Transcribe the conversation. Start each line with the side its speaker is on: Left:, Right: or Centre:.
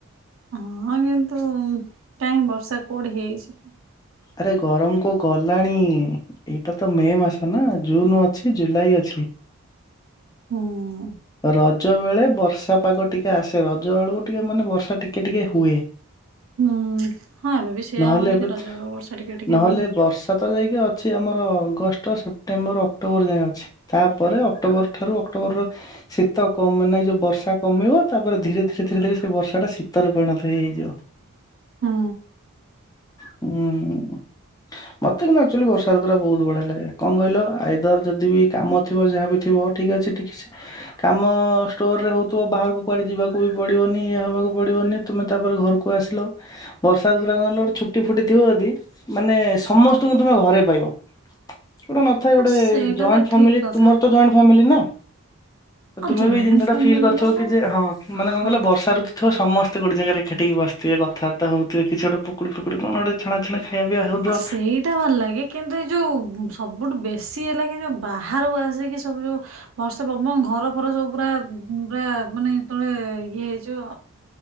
Right: ହଁ କିନ୍ତୁ କାହିଁ ବର୍ଷା କୋଉଠି ହେଇଛି କି?
Left: ଆରେ ଗରମ କଉ ଗଲାଣି ଏଇଟା ତ ମେ ମାସ ନା ଜୁନ ଅଛି ଜୁଲାଇ ଅଛି।
Right: ହୁଁ।
Left: ରଜ ବେଳେ ବର୍ଷା ପାଗ ଟିକେ ଆସେ ରଜ ବେଳକୁ ଟିକେ ମାନେ ବର୍ଷା ଟିକେ ଟିକେ ହୁଏ।
Right: ହୁଁ ହଁ ଏବେ ବି ସେଇୟା
Left: ନହେଲେ
Right: ହଉନି
Left: ଏବେ
Right: କି ରଜ ବେଳକୁ ବର୍ଷା ଟିକେ ଟିକେ
Left: ନହେଲେ
Right: ହଉନି କି
Left: ବର୍ଷା ତ ଯାଇକି ଅ ଅଛି ଆମର ଅଗଷ୍ଟ ସେପ୍ଟେମ୍ବର ଅକ୍ଟୋବର ଯାଏଁ ଅଛି ତାପରେ ଅକ୍ଟୋବର ଠାରୁ ଅକ୍ଟୋବର ଶୀତ କମ ମାନେ ଯୋଉ ବର୍ଷା କମିବ ତାପରେ ଧୀରେ ଧୀରେ ଧୀରେ ଧୀରେ ସେ ବର୍ଷା ଟା ଶୀତରେ ପରିଣତ ହେଇ ହେଇଯିବ
Right: ହୁଁ
Left: ହୁଁ ମତେ କିନ୍ତୁ ଆକ୍ଚୁଆଲି ବର୍ଷାର ଦ୍ଵାରା ବହୁତ ବଢିଆ ଲାଗେ କଣ କହିଲ ଆଇଦର ଯଦି ବି କାମ ଥିବ ଯାହା ବି ଥିବ ଠିକ୍ ଅଛି ଠିକ ଅଛି କାମ ଷ୍ଟୋର ରେ ହଉଥିବ ବାହାରକୁ କୁଆଡେ ଯିବାକୁ ବି ପଡିବନି ଇଏ ହବାକୁ ପଡିବନି ତୁମେ ତାପରେ ଘରକୁ ଆସିଲ ବର୍ଷା ଦୁରା କନ ଛୁଟି ଫୁଟି ଥିବ ଯଦି ମାନେ ସମସ୍ତଙ୍କୁ ତମେ ଘରେ ପାଇବ ଗୋଟେ ନଥାଏ
Right: ହଁ
Left: ଗୋଟେ
Right: ସେଇଟା
Left: ଜଏଣ୍ଟ
Right: ତ
Left: ଫାମିଲି
Right: ଠିକ କଥା
Left: ତୁମର ତ ଜଏଣ୍ଟ ଫାମିଲି ନା
Right: ହଁ
Left: ତୁମେ
Right: ଜଏଣ୍ଟ
Left: ବି ଏଇ ଜିନିଷ
Right: ଫ୍ୟାମିଲି
Left: ଟା ଫିଲ୍ କରିଥିବ
Right: ମାନେ
Left: କି ଯେ ହଁ ମାନେ
Right: ହଁ
Left: କଣ କହିଲ ବର୍ଷା ଋତୁ ସମସ୍ତେ ଗୋଟେ ଜାଗା ରେ ଏକାଠି ହୋଇ ବସିିଥିବେ କଥାବାର୍ତ୍ତା ହଉଥିବେ କିଛି ଗୋଟେ ପକୁଡି ଫୁକୁଡି କଣ ଗୋଟେ ଛଣା ଛଣି ଖାଇବା ପିଇବା ହଉଥିବ
Right: ହଁ ସେଇଟା ଭଲ ଲାଗେ କିନ୍ତୁ ଏ ଯେଉଁ ସବୁଠୁ ବେଶୀ ହେଲା କି ଯେଉଁ ବାହାରକୁ ଆସିକି ସବୁ ଯେଉଁ ବର୍ଷେ ପବନ ଘର ଫର ସବୁ ପୁରା ପୁରା ମାନେ ଯେତେବଳେ ଇଏ ହେଇଯିବ